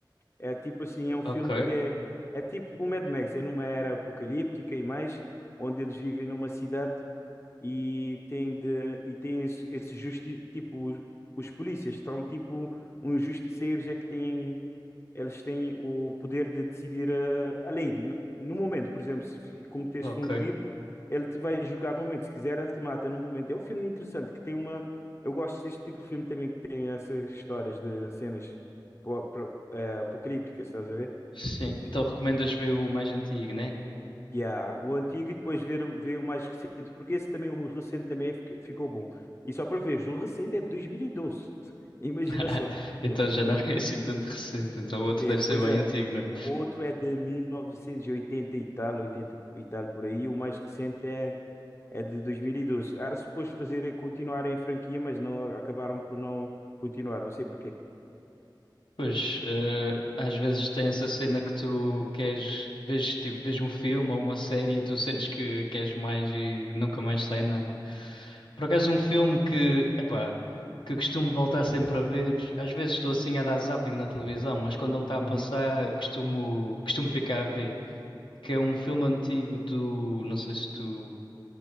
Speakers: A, on the left; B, on the left.
A: É tipo assim, é um
B: Ok,
A: filme que é, é tipo o Mad Max, é numa era apocalíptica e mais, onde eles vivem numa cidade e tem de e tem esse, esse justi tipo os, os polícias estão tipo uns justiceiros é que têm eles têm o poder de decidir eh, a, lei no, no momento por exemplo se fi- cometeste
B: ok.
A: um crime ele te vai julgar no momento se quiser ele te mata no momento é um filme interessante que tem uma eu gosto deste tipo de filme também que tem essas histórias de cenas po- pro- eh, apocalípticas estás a ver
B: Sim, então recomendas ver o mais antigo, né?
A: Yeah, o antigo e depois ver, ver o mais recente, porque esse também, o recente também fic- ficou bom. E só para ver, o recente é de 2012. <laughs> Imagina
B: <laughs>
A: só.
B: Então já não é assim tanto recente. Então o outro
A: É,
B: deve
A: pois
B: ser bem
A: é.
B: antigo mesmo.
A: O outro é de 1980 e oitenta e tal, 80 e tal por aí. O mais recente é é de 2012. Era suposto fazer continuarem a franquia, mas não acabaram por não continuar, não sei porquê.
B: Pois, eh, às vezes tem essa cena que tu queres, vês, tipo, vês um filme ou uma série e tu sentes que queres mais e nunca mais sai nada. Por acaso, um filme que, epá, que costumo voltar sempre a ver, às vezes estou assim a dar zapping na televisão, mas quando ele está a
A: Uhum.
B: passar, eu costumo, costumo ficar a ver, que é um filme antigo do, não sei se tu,